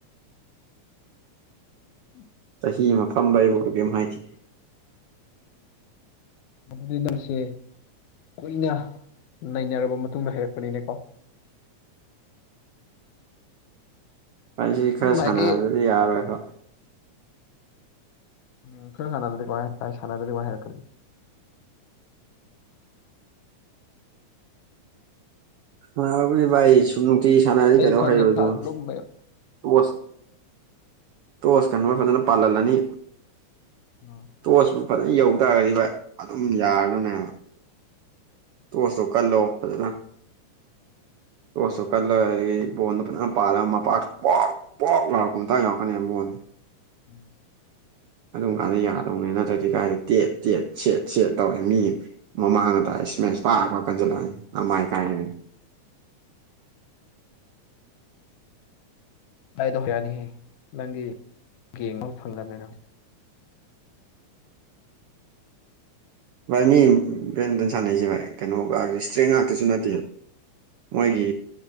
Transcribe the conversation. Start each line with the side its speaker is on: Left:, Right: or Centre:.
Left: ꯎꯝ
Right: ꯆꯍꯤ ꯑꯃ ꯐꯝꯕ ꯑꯩꯕꯨꯥꯎ ꯀ ꯀꯔꯤꯝ ꯍꯥꯏꯈꯤꯦ
Left: ꯃꯗꯨꯗꯤ ꯅꯪꯁꯦ ꯀꯨꯏꯅ ꯅꯩꯅꯔꯕ ꯃꯇꯨꯡꯗ ꯍꯩꯔꯛꯄꯅꯤꯅꯦꯀꯣ
Right: ꯑꯩꯁꯤ ꯈꯔ
Left: ꯉꯁꯥꯏꯒꯤ
Right: ꯁꯥꯟꯅꯗꯗꯤ ꯌꯥꯔꯣꯏꯕ
Left: ꯎꯝ ꯈꯔꯥ ꯁꯥꯟꯅꯗ꯭ꯔꯗꯤ ꯀꯃꯥꯏ ꯀꯥꯏ ꯁꯥꯟꯅꯗ꯭ꯔꯗꯤ ꯀꯃꯥꯏ ꯍꯩꯔꯛꯀꯅꯤ
Right: ꯁꯥꯅꯔꯕꯨꯗꯤ ꯚꯥꯏ ꯁꯨꯝ ꯅꯨꯡꯇꯤ ꯁꯥꯟꯅꯔꯗꯤ
Left: ꯑꯩꯁꯨ
Right: ꯀꯩꯗꯧ
Left: ꯈꯪꯉꯦ
Right: ꯍꯩꯔꯣꯏꯗꯣꯏꯅꯣ
Left: ꯐ ꯂꯨꯝꯕꯩ
Right: ꯇꯣꯁ ꯇꯣꯁ ꯀꯟꯅꯕ ꯐꯥꯖꯅ ꯄꯥꯜꯍꯜꯂꯅꯤ
Left: ꯎꯝ
Right: ꯇꯣꯆꯄꯨ ꯐꯖꯅ ꯌꯧ ꯇꯥꯔꯒꯗꯤ ꯑꯗꯨꯝ ꯌꯥꯔꯕꯅꯦꯕ ꯇꯣꯁꯇꯣ ꯀꯜꯂꯣ ꯐꯖꯅ ꯇꯣꯁꯇꯣ ꯀꯜꯂ ꯕꯣꯟꯗꯣ ꯐꯖꯅ ꯄꯥꯜꯂ ꯃꯄꯥꯛ ꯄꯣꯛ ꯄꯣꯛ ꯂꯥꯎꯔꯛꯄ ꯃꯇꯥꯡ ꯌꯥꯎꯔꯛꯀꯅꯤ ꯕꯣꯟꯁꯦ
Left: ꯎꯝ
Right: ꯑꯗꯨꯝ ꯀꯥꯟꯗ ꯌꯥꯗꯧꯅꯦ ꯅꯠꯇ꯭ꯔꯗꯤ ꯀꯥꯏꯗꯤ ꯇꯦꯠ ꯇꯦꯠ ꯁꯦꯠ ꯁꯦꯠ ꯇꯧꯔꯦ ꯃꯤ ꯃꯃꯥꯡꯗ ꯇꯥꯏ ꯁ꯭ꯃꯦꯁ ꯄꯥꯛ ꯄꯥꯛ ꯀꯟꯁꯤꯜꯂꯛꯑꯅꯤ ꯅꯃꯥꯏ ꯀꯥꯏ <unintelligible>
Left: ꯚꯥꯏ ꯑꯗꯣ ꯍꯩꯔꯛꯑꯅꯤꯍꯦ ꯅꯪꯗꯤ <unintelligible>
Right: ꯚꯥꯏ ꯃꯤ ꯕꯦꯠꯃꯤꯟꯇꯟ ꯁꯥꯟꯅꯁꯦ ꯚꯥꯏ ꯀꯩꯅꯣꯒ ꯏꯁꯇ꯭ꯔꯦꯡ ꯉꯥꯛꯇꯁꯨ ꯅꯠꯇꯦꯕ ꯃꯣꯏꯒꯤ